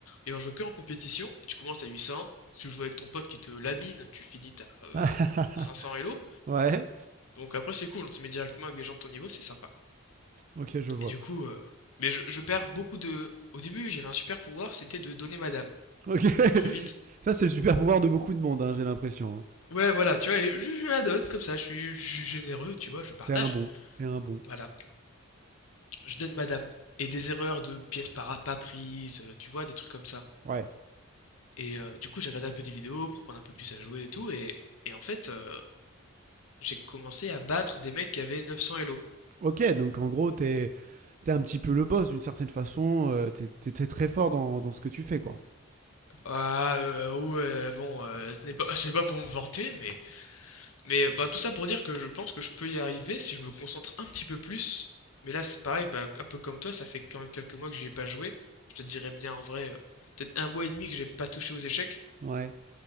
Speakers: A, on the left; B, on the right.
A: et on jouait que en compétition, et tu commences à 800, tu joues avec ton pote qui te lamine, tu finis à
B: <laughs>
A: 500 elo,
B: ouais.
A: donc après c'est cool, on te met directement avec des gens de ton niveau, c'est sympa.
B: Ok, je vois.
A: Et du coup, euh, mais je, je perds beaucoup de... Au début, j'avais un super pouvoir, c'était de donner ma dame,
B: Ok. <laughs>
A: très vite.
B: ça, c'est le super pouvoir de beaucoup de monde, hein, j'ai l'impression. hein.
A: Ouais, voilà, tu vois, et je, je la donne comme ça, je suis, je suis généreux, tu vois, je partage.
B: T'es un bon. T'es un bon.
A: Voilà, je donne ma dame. Et des erreurs de pièces pas, pas prises, euh, tu vois, des trucs comme ça.
B: Ouais.
A: Et euh, du coup, j'ai regardé un peu des vidéos pour apprendre un peu plus à jouer et tout. Et, et en fait, euh, j'ai commencé à battre des mecs qui avaient 900 Elo.
B: Ok, donc en gros, t'es t'es un petit peu le boss d'une certaine façon. euh, t'es t'es- t'es très fort dans, dans ce que tu fais, quoi.
A: Ah, euh, ouais, bon, euh, ce n'est pas, c'est pas pour me vanter, mais, mais bah, tout ça pour dire que je pense que je peux y arriver si je me concentre un petit peu plus. Mais là, c'est pareil, bah, un peu comme toi, ça fait quand même quelques mois que j'y ai pas joué. Je te dirais bien en vrai, euh, peut-être un mois et demi que j'ai pas touché aux échecs.
B: Ouais.